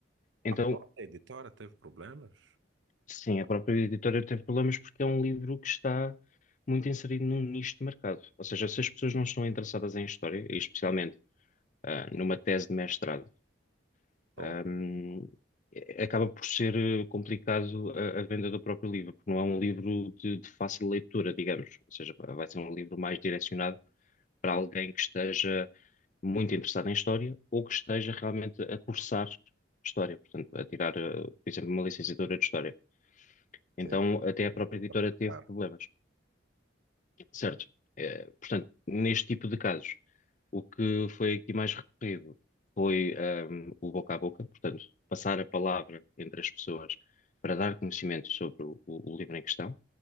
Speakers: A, on the left; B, on the right.
A: Então
B: A própria editora teve problemas?
A: Sim, a própria editora teve problemas porque é um livro que está muito inserido num nicho de mercado. Ou seja, se as pessoas não estão interessadas em história, e especialmente ah, numa tese de mestrado,
B: Oh,
A: ahm, eh, acaba por ser eh, complicado a, a venda do próprio livro, porque não é um livro de, de fácil leitura, digamos. Ou seja, vai ser um livro mais direcionado para alguém que esteja muito interessado em história ou que esteja realmente a cursar história, portanto, a tirar, eh, por exemplo, uma licenciatura de história. Então,
B: sim,
A: até a
B: desculpa,
A: própria editora
B: tá
A: teve
B: claro.
A: problemas, certo? Eh, portanto, neste tipo de casos, o que foi aqui mais recorrido foi, ahm, o boca a boca, portanto, passar a palavra entre as pessoas para dar conhecimento sobre o, o- o livro em questão.